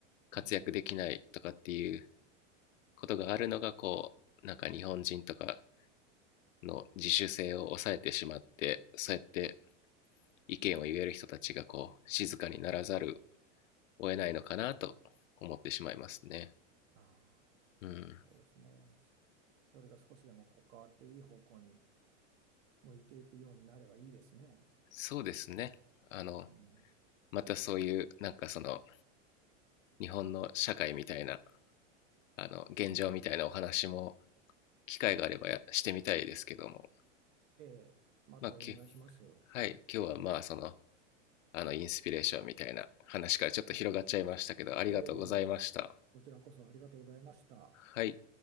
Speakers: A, on the left; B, on the right.
A: 活躍できないとかっていう
B: うん。
A: ことがあるのがこうなんか日本人とかの自主性を抑えてしまってそうやって意見を言える人たちがこう静かにならざるを得ないのかなと思ってしまいますね。
B: ああ、
A: うん、
B: そうですね。そそれが少しでもこう変わっていい方向に向いていくようになればいいですね。
A: そうですねあの
B: うん。
A: またそういうなんかその日本の社会みたいなあの現状みたいなお話も機会があればしてみたいですけども、
B: ええ、またお願いします。
A: まあ、きはい今日はまあそのあのインスピレーションみたいな話からちょっと広がっちゃいましたけどありがとうございました。
B: はい。ええ、こちらこそありがとうございました。
A: はい